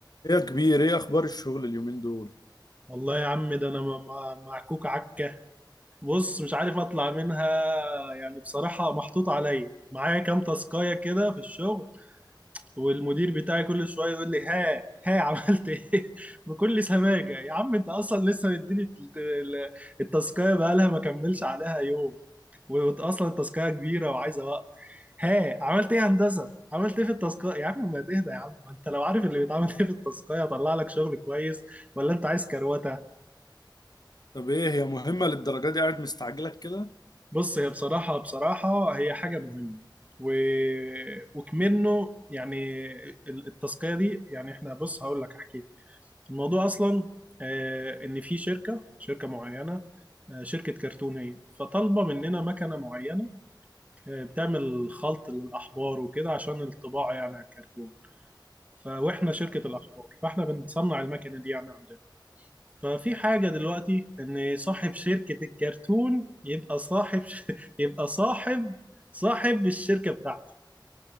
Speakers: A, on the left; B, on the right.
A: ايه يا كبير ايه اخبار الشغل اليومين دول
B: والله يا عم ده انا م- م- معكوك عكه بص مش عارف اطلع منها يعني بصراحه محطوط عليا معايا كام تاسكايه كده في الشغل والمدير بتاعي كل شويه يقول لي ها ها عملت ايه <laughs> بكل سماجه يا عم انت اصلا لسه مديني الت- ال- التاسكايه بقالها ما كملش عليها يوم واصلا التاسكايه كبيره وعايزه وقت ها عملت ايه يا هندسه عملت ايه في التاسكايه يا عم ما تهدى يا عم ما انت لو عارف اللي بيتعمل ايه في التاسكايه هطلع لك شغل كويس ولا انت عايز كروته
A: طب ايه هي مهمة للدرجة دي قاعد مستعجلك كده
B: بص هي بصراحة بصراحة هي حاجة مهمة و... وكمنه يعني ال- التسقية دي يعني احنا بص هقول لك احكي لك. الموضوع اصلا آه، ان في شركة شركة معينة آه، شركة كرتون هي فطالبة مننا مكنة معينة آه، بتعمل خلط للأحبار وكده عشان الطباعة يعني على الكرتون ف... واحنا شركة الأحبار فاحنا بنصنع المكنة دي يعني عندنا ففي حاجة دلوقتي إن صاحب شركة الكرتون يبقى صاحب ش... <laughs> يبقى صاحب صاحب الشركة بتاعته